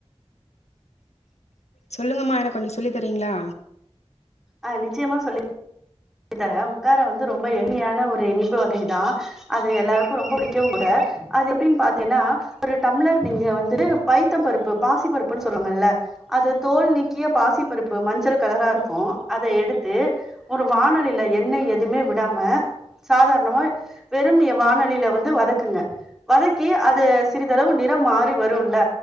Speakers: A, on the left; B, in the centre.
A: சொல்லுங்கம்மா எனக்கு கொஞ்சம் சொல்லித்தரீங்களா
B: அஹ் நிச்சயமா சொல்லி சொல்லி தர உட்காரா வந்து ரொம்ப எளிமையான ஒரு இனிப்பு வகைதான் அது எல்லாருக்கும் ரொம்ப பிடிக்கவும் கூட அது எப்படின்னு பார்த்தீங்ன்னா ஒரு டம்ளர் நீங்க வந்து பைத்தம் பருப்பு பாசி பருப்புன்னு சொல்லுவாங்கல்ல அது தோல் நீக்கிய பாசி பருப்பு மஞ்சள் கலரா இருக்கும் அத எடுத்து ஒரு வானலியில எண்ணெய் எதுவுமே விடாம சாதாரணமா வெறும் வானலியில வந்து வதக்குங்க வதக்கி அதை சிறிதளவு நிறம் மாறி வரும்ல